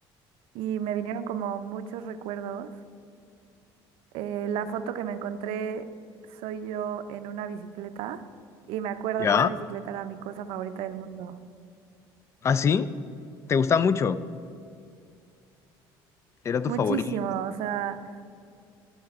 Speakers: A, on the right (about 75°); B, on the left (about 30°).
A: y me vinieron como muchos recuerdos. Eh, la foto que me encontré soy yo en una bicicleta y me acuerdo
B: ya.
A: que esa bicicleta era mi cosa favorita del mundo.
B: ¿Ah, sí? ¿Te gusta mucho? ¿Era tu
A: Muchísimo,
B: favorito?
A: o sea,